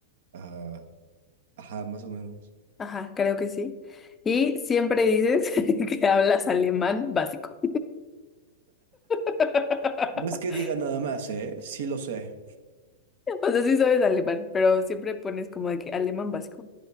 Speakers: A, on the right (about 70°); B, on the left (about 20°).
A: ah, ajá, más o menos.
B: Ajá, creo que sí. Y siempre dices <laughs> que hablas alemán básico. <laughs>
A: No es que diga nada más, ¿eh? Sí lo sé.
B: O sea, sí sabes alemán, pero siempre pones como de que alemán básico.